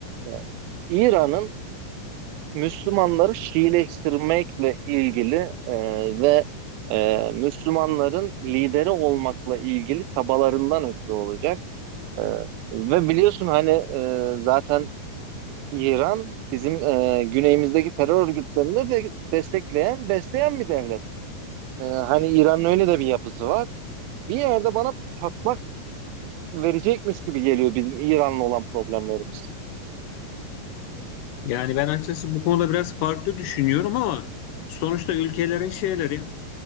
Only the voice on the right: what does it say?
e, İran'ın Müslümanları Şiileştirmekle ilgili e, ve e, Müslümanların lideri olmakla ilgili çabalarından ötürü olacak. E, ve biliyorsun hani e, zaten İran bizim e, güneyimizdeki terör örgütlerini de destekleyen, besleyen bir devlet. E, hani İran'ın öyle de bir yapısı var. Bir yerde bana patlak verecekmiş gibi geliyor bizim İran'la olan problemlerimiz.